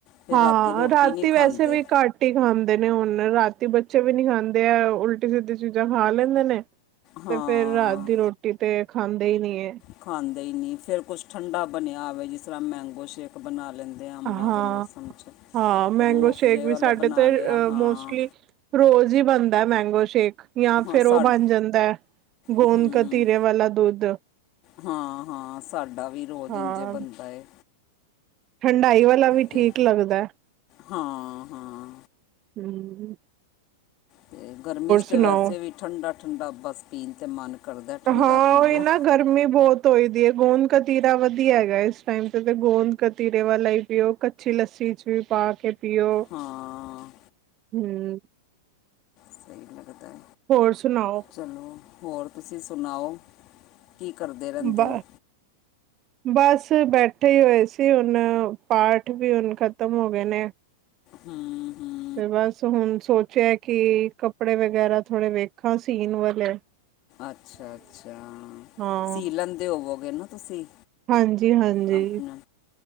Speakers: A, on the left; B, on the right.
A: ਫਿਰ
B: ਹਾਂ,
A: ਰਾਤੀ ਰੋਟੀ
B: ਰਾਤੀ
A: ਨਹੀਂ ਖਾਂਦੇ
B: ਵੈਸੇ ਵੀ ਘੱਟ- ਘਟ ਈ ਖਾਂਦੇ ਨੇ, ਹੁਣ ਰਾਤੀ ਬੱਚੇ ਵੀ ਨੀ ਖਾਂਦੇ, ਐ ਉਲਟੀ ਸਿੱਧੀ ਚੀਜ਼ਾਂ ਖਾ ਲੈਂਦੇ ਨੇ। ਤੇ
A: ਹਾਂ
B: ਫੇਰ ਰਾਤ ਦੀ ਰੋਟੀ ਤੇ ਖਾਂਦੇ ਈ ਨੀ ਏ।
A: ਖਾਂਦੇ ਈ ਨੀ, ਫੇਰ ਕੁਛ ਠੰਡਾ ਬਣਿਆ ਓਵੇ, ਜਿਸ ਤਰ੍ਹਾਂ ਮੈਂਗੋ ਸ਼ੇਕ- ਬਣਾ ਲੈਂਦੇ ਆ, ਅੰਬਾਂ
B: ਹਾਂ
A: ਦੇ ਮੌਸਮ 'ਚ।
B: ਹਾਂ ਮੈਂਗੋ
A: ਰੂਹ ਅਫਜ਼ੇ
B: ਸ਼ੇਕ ਵੀ
A: ਵਾਲਾ
B: ਸਾਡੇ
A: ਬਣਾ
B: ਤੇ
A: ਲਿਆ
B: ਅ
A: ਹਾਂ
B: ਮੋਸਟਲੀ- ਰੋਜ਼ ਈ ਬਣਦਾ ਮੈਂਗੋ ਸ਼ੇਕ। ਜਾਂ
A: ਹਾਂ
B: ਫੇਰ
A: ਸਾ
B: ਓ ਬਣ ਜਾਂਦਾ ਗੂੰਦ
A: ਹੂੰ
B: ਕਤੀਰੇ ਵਾਲਾ ਦੁੱਧ।
A: ਹਾਂ ਹਾਂ ਸਾਡਾ ਵੀ ਰੋਜ਼
B: ਹਾਂ
A: ਇੰਝੇ ਬਣਦਾ ਏ।
B: ਠੰਡਾਈ ਵਲਾ ਵੀ
A: ਤੇ
B: ਠੀਕ ਲੱਗਦਾ।
A: ਹਾਂ- ਹਾਂ।
B: ਹੂੰਅ ਹੂੰ।
A: ਤੇ ਗਰਮੀ 'ਚ ਤੇ
B: ਸੁਣਾਓ
A: ਵੈਸੇ ਵੀ ਠੰਡਾ-ਠੰਡਾ ਬਸ ਪੀਣ ਤੇ ਮਨ- ਕਰਦਾ ਠੰਡਾ
B: ਹਾਂ
A: ਪੀ
B: ਓਹੀ
A: ਲਓ
B: ਨਾ ਗਰਮੀ ਬੋਤ- ਧੋਈ ਦੀ ਏ। ਗੋਂਦ ਕਤੀਰਾ ਵਧੀਆ ਹੈਗਾ, ਇਸ ਟਾਈਮ ਤੇ ਤੇ ਗੋਂਦ- ਕਤੀਰੇ ਵਾਲਾ ਈ ਪੀਓ, ਕੱਚੀ ਲੱਸੀ 'ਚ ਵੀ ਪਾ ਕੇ ਪੀਓ।
A: ਹਾਂ
B: ਹੂੰਅ
A: ਸਈ ਲੱਗਦਾ ਐ।
B: ਹੋਰ ਸੁਣਾਓ।
A: ਚਲੋ ਹੋਰ ਤੁਸੀਂ ਸੁਣਾਓ, ਕੀ ਕਰਦੇ ਰੈਂਦੇ
B: ਬ
A: ਓ।
B: ਬਸ ਬੈਠੇ ਈ ਓਏ ਸੀ, ਹੁਣ ਪਾਠ ਵੀ ਹੁਣ ਖਤਮ ਹੋ ਗੇ ਨੇ।
A: ਹੂੰਅ ਹੂੰ
B: ਤੇ ਬਸ ਹੁਣ ਸੋਚਿਆ ਕੀ ਕੱਪੜੇ ਵਗੈਰਾ ਥੋੜੇ ਵੇਖਾਂ ਸੀਨ ਵਲੇ।
A: ਅੱਛਾ ਅੱਛਾ
B: ਹਾਂ
A: ਸੀ ਲੈਂਦੇ ਹੋਵੋਗੇ ਨਾ ਤੁਸੀਂ।
B: ਹਾਂਜੀ ਹਾਂਜੀ
A: ਆਪਣਾ